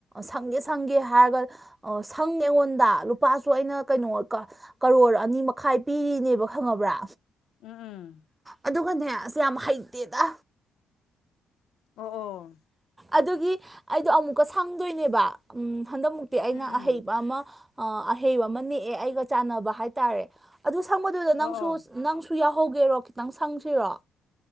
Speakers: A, on the right; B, on the left.
A: ꯁꯪꯒꯦ ꯁꯪꯒꯦ ꯍꯥꯏꯔꯒ ꯁꯪꯉꯦ ꯑꯩꯉꯣꯟꯗ ꯂꯨꯄꯥꯁꯨ ꯑꯩꯅ ꯀꯩꯅꯣ ꯀꯔꯣꯔ ꯑꯅꯤ ꯃꯈꯥꯏ ꯄꯤꯔꯤꯅꯦꯕ ꯈꯪꯉꯕ꯭ꯔꯥ
B: ꯎꯝ ꯎꯝ
A: ꯑꯗꯨꯒꯅꯦ ꯑꯁ ꯌꯥꯝ ꯍꯩꯇꯦꯗ
B: ꯑꯣ ꯑꯣ
A: ꯑꯗꯨꯒꯤ ꯑꯩꯗꯣ ꯑꯃꯨꯛꯀ ꯁꯪꯗꯣꯏꯅꯦꯕ ꯍꯟꯗꯛꯨ ꯤ ꯑꯩꯅ
B: ꯎꯝ ꯎꯝ
A: ꯑꯍꯩꯕ ꯑꯃ ꯑꯍꯩꯕ ꯑꯃ ꯅꯦꯛꯑꯦ ꯑꯩꯒ ꯆꯥꯟꯅꯕ ꯍꯥꯏꯇꯥꯔꯦ ꯑꯗꯨ ꯁꯪꯕꯗꯨꯗ
B: ꯑꯣ
A: ꯅꯪꯁꯨ
B: ꯑꯣ
A: ꯅꯪꯁꯨ ꯌꯥꯎꯍꯧꯒꯦꯔꯣ ꯈꯤꯇꯪ ꯁꯪꯗ꯭ꯔꯣ